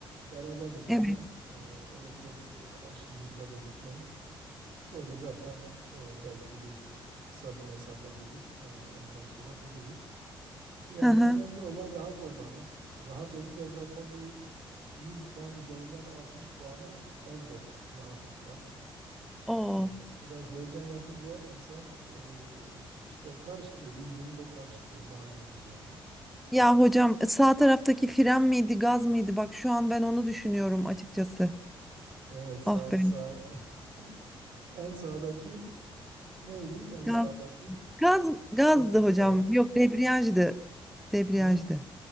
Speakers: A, on the right; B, in the centre.
A: Beraberiz zaten.
B: evet.
A: Ee, öyle çok aşırı hızla da gitmeyiz. Şöyle zaten e, belki bir kısa bir mesafe gidip e, ondan sonra dururuz. Yani
B: Ha ha.
A: önemli olan rahat olmanız. Rahat olunca zaten bir 100 puan üzerinden 60 puanı elde rahatlıktan.
B: O.
A: Ee, biraz heyecan yapınca insan e, işte karıştırıyor. Bildiğini de karıştırıyor malumunuz yani.
B: Ya hocam sağ taraftaki fren miydi gaz mıydı? Bak şu an ben onu düşünüyorum açıkçası.
A: Evet sağ
B: Ah be.
A: sağ <laughs> en sağdaki neydi? En
B: Gaz
A: sağdaki
B: gaz gazdı
A: gaz evet.
B: hocam. Yok debriyajdı. Debriyajdı.
A: He?